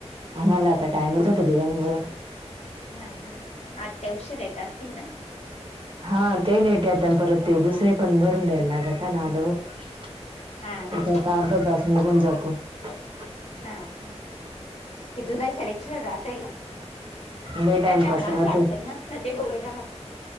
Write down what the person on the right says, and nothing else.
मलात टाइमच होत दुधांमुळे
हा ते लेट येत परत ते दुसरे. पण बरून द्यायला लागता ना <unintelligible>
अर्ध तास निघून जात. <unintelligible>
लय
टाइमपास
राहतो